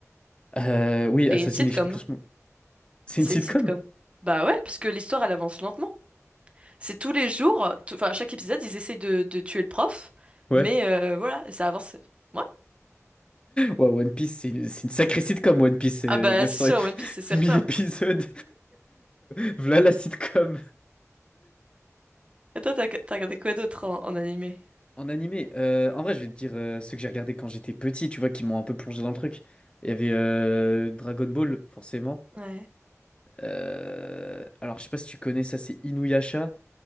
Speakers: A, on the left; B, on the right.
A: euh, oui, Assassination
B: c'est une sitcom.
A: Classroom. C'est
B: C'est
A: une sitcom?
B: une sitcom. Bah ouais, parce que l'histoire, elle avance lentement. C'est tous les jours, tout- enfin, à chaque épisode, ils essayent de, de tuer le prof,
A: Ouais.
B: mais euh,
A: <laughs>
B: voilà, ça avance. Ouais.
A: Ouais, One Piece, c'est une, c'est une sacrée sitcom, One Piece, c'est
B: Ah bah,
A: 900
B: c'est sûr,
A: et <laughs>
B: One Piece, c'est certain.
A: 1000 épisodes. <laughs> Voilà la sitcom.
B: Et toi, t'as t'as regardé quoi d'autre en, en animé?
A: En animé, euh, en vrai, je vais te dire euh, ceux que j'ai regardés quand j'étais petit, tu vois, qui m'ont un peu plongé dans le truc. Il y avait euh, Dragon Ball, forcément.
B: Ouais.
A: Euh, alors, je sais pas si tu connais ça, c'est Inuyasha.